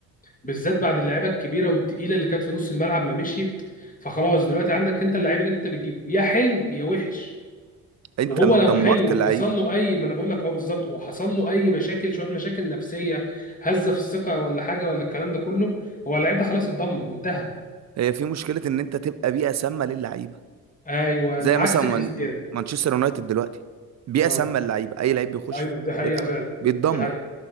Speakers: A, on the left; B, on the right.
A: بالذات بعد اللعيبة الكبيرة والتقيلة اللي كانت في نص الملعب ما مشيت فخلاص دلوقتي عندك انت اللعيب اللي انت بتجيبه يا حلو يا وحش
B: انت
A: وهو لو
B: دمرت
A: حلو
B: اللعيبه
A: وحصل له اي ما انا بقول لك اهو بالظبط وحصل له اي مشاكل شويه مشاكل نفسيه هزه في الثقه ولا حاجه ولا الكلام ده كله هو اللعيب ده خلاص اتدمر انتهى
B: هي في مشكله ان انت تبقى بيئه سامه للعيبه
A: ايوه
B: زي
A: عكس
B: مثلا من
A: كريستيانو
B: مانشستر يونايتد دلوقتي بيئه
A: اه
B: سامه للعيبه اي لعيب بيخش
A: ايوه
B: فيه
A: دي حقيقه
B: بيطلع
A: فعلا
B: بيتدمر
A: دي حقيقه